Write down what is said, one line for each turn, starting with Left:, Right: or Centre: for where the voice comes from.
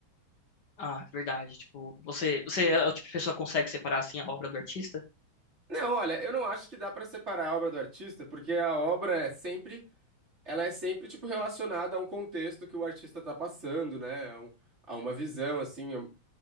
Left: Ah, é verdade. Tipo, você, você é o tipo de pessoa que consegue separar assim a obra do artista?
Right: Não, olha, eu não acho que dá pra separar a obra do artista, porque a obra é sempre, ela é sempre tipo relacionada a um contexto que o artista tá passando, né? A, um- a uma visão assim. eu-